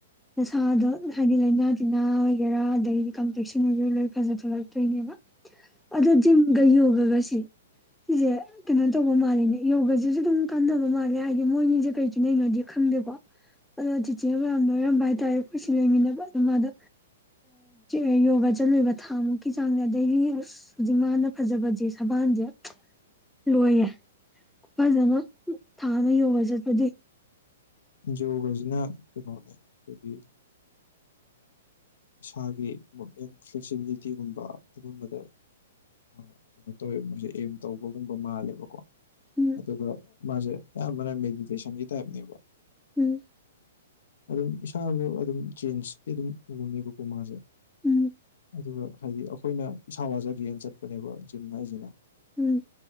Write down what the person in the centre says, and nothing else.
ꯅꯁꯥꯗꯣ ꯍꯥꯏꯗꯤ ꯂꯥꯏꯅꯥ ꯇꯤꯟꯅꯥ ꯑꯣꯏꯒꯦꯔꯥ ꯑꯗꯒꯤꯗꯤ ꯀꯝꯄ꯭ꯂꯦꯛꯁꯟ ꯑꯣꯏꯒꯦꯔꯥ ꯂꯣꯏ ꯐꯖ ꯊꯣꯛꯂꯛ ꯆꯠꯇꯣꯏꯅꯦꯕ ꯑꯗꯣ ꯖꯤꯝꯒ ꯌꯣꯒꯒꯁꯦ ꯁꯤꯁꯦ ꯀꯩꯅꯣ ꯇꯧꯕ ꯃꯥꯜꯂꯤꯅꯦ ꯌꯣꯒꯁꯤꯁꯨ ꯑꯗꯨꯝ ꯀꯥꯟꯅꯕ ꯃꯥꯜꯂꯦ ꯍꯥꯏꯗꯤ ꯃꯣꯏꯅꯤꯁꯦ ꯀꯩꯁꯨꯅꯩꯅꯣꯗꯤ ꯈꯪꯗꯦꯀꯣ ꯑꯗꯣ ꯆꯤꯆꯤꯅ ꯃꯌꯥꯝ ꯂꯣꯏꯔꯝꯕ ꯍꯥꯏꯇꯥꯔꯦ ꯑꯩꯈꯣꯏꯁꯤ ꯂꯩꯃꯤꯟꯅꯕ ꯑ ꯃꯥꯗ ꯑ ꯌꯣꯒ ꯖꯠꯂꯎꯕ ꯊꯥꯃꯨꯛ ꯀ ꯆꯥꯡꯁꯦ ꯑꯗꯩꯗꯒꯤꯁ ꯍꯧꯖꯤꯛ ꯃꯥꯅ ꯐꯖꯕꯁꯦ ꯁꯕꯥꯟꯁꯦ ꯂꯣꯏꯌꯦ ꯈꯨꯐꯖ ꯑꯃ ꯊꯥꯑꯃ ꯌꯣꯒ ꯆꯠꯄꯒꯤ
ꯎꯝ
ꯎꯝ
ꯎꯝ
ꯎꯝ